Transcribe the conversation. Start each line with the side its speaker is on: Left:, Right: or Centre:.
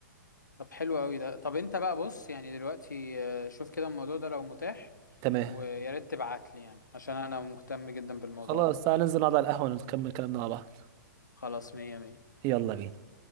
Left: طب حلو قوي ده طب انت بقى بص يعني دلوقتي آه، شوف كده الموضوع ده لو متاح
Right: تمام
Left: ويا ريت تبعت لي يعني عشان انا مهتم جدا بالموضوع
Right: خلاص
Left: ده
Right: تعالى ننزل نقعد على القهوه نكمل كلامنا مع بعض
Left: خلاص مية مية
Right: يلا بينا